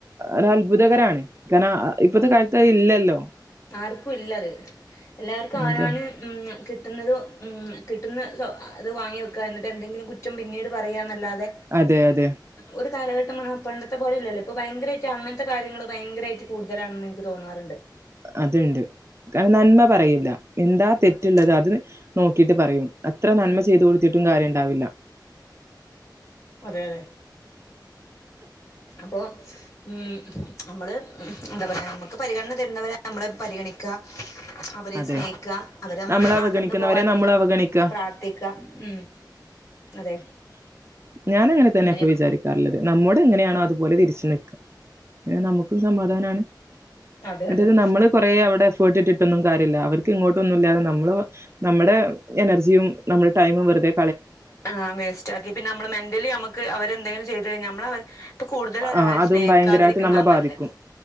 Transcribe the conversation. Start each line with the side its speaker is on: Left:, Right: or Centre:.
Right: ഒരത്ഭുതകരാണ് കാരണം ഇപ്പത്തെ കാൽത്ത് അതില്ലല്ലോ
Left: ആർക്കുല്ലത് എല്ലാര്ക്കും അവനാന്
Right: അത
Left: ഉം കിട്ടുന്നത് ഉം കിട്ടുന്ന അത് വാങ്ങി വെക്കാ എന്നിട്ട് എന്തെങ്കിലും കുറ്റം പിന്നീട് പറയാന്നല്ലാതെ
Right: അതെ അതെ
Left: ഒരു കാലഘട്ടന്നർഞ്ഞാ പണ്ടത്തെ പോലെല്ലല്ലോ ഇപ്പ ഭയങ്കരായിട്ട് അങ്ങൻത്തെ കാര്യങ്ങള് ഭയങ്കരായിട്ട് കൂടുതലാണെന്ന് ഇൻക്ക് തോന്നാറ്ണ്ട്
Right: അത്ണ്ട് കാരണം നന്മ പറയൂല എന്താ തെറ്റ്ള്ളത്
Left: അതെ
Right: അത് നോക്കീട്ട് പറയും എത്ര നന്മ
Left: അതെ
Right: ചെയ്തു കൊടുത്തിട്ടും കാര്യണ്ടാവില്ല
Left: അതെ അതെ അപ്പൊ ഉം അമ്മള് എന്താ പറയാ നമക്ക് പരിഗണന തരുന്നവരെ നമ്മള് പരിഗണിക്കാ അവരേം
Right: അതെ
Left: സ്നേഹിക്കാ അവര് നമ്മളട്ത്ത്ന്ന്
Right: നമ്മളെ അവഗണിക്കുന്നവരെ
Left: അകന്ന് പോകാതിരിക്കാൻ
Right: നമ്മളും അവഗണിക്കുക
Left: പ്രാർത്ഥിക്കാ ഉം അതെ
Right: ഞാന് അങ്ങനെ തന്നെ
Left: അങ്ങനെയൊക്കെ
Right: ഇപ്പൊ വിചാരിക്കാറ്ള്ളത് നമ്മോട് എങ്ങനെയാണോ അതുപോലെ തിരിച്ചും നിക്കാ നമുക്ക് സമാധാനാണ്
Left: അതെ
Right: മറ്റേത്
Left: അതെ
Right: നമ്മള് കൊറെ അവിടെ എഫേട്ട് ഇട്ടിട്ടൊന്നും കാര്യല്ല അവർക്ക് ഇങ്ങോട്ടൊന്നുല്ലാതെ നമ്മള് നമ്മടെ എനർജിയും നമ്മടെ ടൈമും വെറ്തെ
Left: ആഹ് വേസ്റ്റാക്കി പിന്നമ്മള് മെന്റലി അമ്മക്ക് അവരെന്തേങ്കിലും ചെയ്ത് കഴിഞ്ഞാ നമ്മള് അവരെ ഇപ്പൊ കൂടുതലൊരാളേം
Right: ആ അതും
Left: സ്നേഹിക്കാതിരിക്കുന്നാ
Right: ഭയങ്കരായിട്ട് നമ്മളെ ബാധിക്കും
Left: നല്ലെ